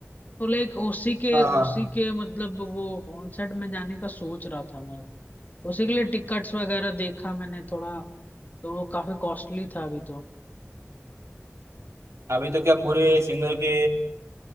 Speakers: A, on the left; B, on the right.
A: तो लाइक उसी के
B: हाँ
A: उसी
B: हाँ
A: के मतलब वो कॉन्सर्ट में जाने का सोच रहा था मैं उसी के लिए टिकट्स वगैरह देखा मैंने थोड़ा तो वो काफी कॉस्टली था अभी तो
B: अभी तो क्या पूरे सिंगर के